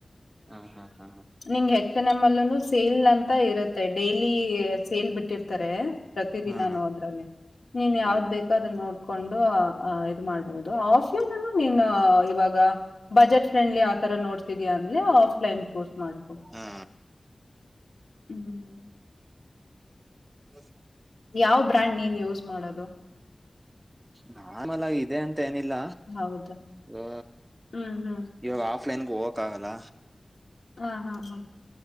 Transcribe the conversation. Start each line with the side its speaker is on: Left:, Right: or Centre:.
Right: ಹ ಹಾ ಹಾ ಹಾ.
Left: ನಿಂಗ್ ಹೆಚ್ ಎನ್ ಎಮ್ ಅಲ್ಲನು ಸೇಲ್ ಅಂತ ಇರುತ್ತೆ ಡೈಲಿ ಸೇಲ್ ಬಿಟ್ಟಿರ್ತಾರೆ. ಪ್ರತಿದಿನನೂದ್ರಲ್ಲಿ
Right: ಹಾ
Left: ನೀನ್
Right: ಹಾ
Left: ಯಾವ್ದ್ ಬೇಕ್. ಅದನ್ನ ನೋಡ್ಕೊಂಡು ಅಹ ಇದು ಮಾಡ್ಬಹುದು ಆಫ್ಲೈನ್ ಮಿನ್ ಇವಾಗ. ಬಜೆಟ್ ಫ್ರೆಂಡಲಿ ಆ ತರ ನೋಡ್. ಮಾಡ್ತಿದೀಯ ಅಂದ್ರೆ ಆಫ್ಲೈನ್ ಚೂಸ್ ಮಾಡ್ಕೊ
Right: ಹಾ
Left: ಹ್ಮ.
Right: <unintelligible>
Left: ಯಾವ್ ಬ್ರ್ಯಾಂಡ್ ನೀನ್ ಯೂಸ್ ಮಾಡೋದು.
Right: ನನ್ ಅಲ್ಲ ಇದೆ ಅಂತ ಏನಿಲ್ಲ.
Left: ಹೌದಾ
Right: ಅ
Left: ಹ್ಮ್ ಹ್ಮ್
Right: ಇವಾಗ ಆಫ್ಲೈನ್ ಗೆ ಹೋಗಕ್ ಆಗಲ್ಲ.
Left: ಹಾ ಹಾ ಹಾ.